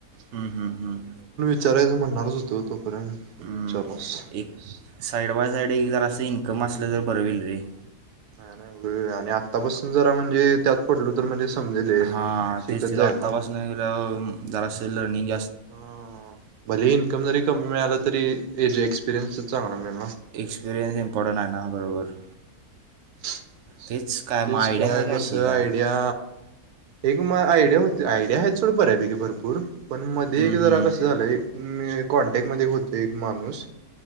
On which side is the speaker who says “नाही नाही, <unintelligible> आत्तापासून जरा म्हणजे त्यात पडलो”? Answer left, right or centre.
Right